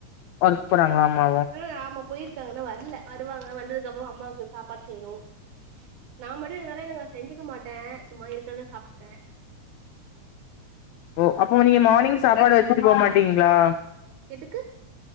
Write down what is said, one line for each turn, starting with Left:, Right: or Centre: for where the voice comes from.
Left: ஒர்க் போறாங்ளா அம்மாவு
Right: ம் ஆமா போயிருக்காங்க இன்னு வரல வருவாங்க வந்ததுக்கப்ரோ அம்மாவுக்கு சாப்பாடு செய்யணு நா மட்டு இருக்கரால இத செஞ்சுக்க மாட்டே சும்மா இருக்கிறத சாப்டுப்பே
Left: ஒ அப்போ நீங்க மானிங் சாப்பாடு வச்சுட்டு போமாட்டீங்களா
Right: எதுக்கு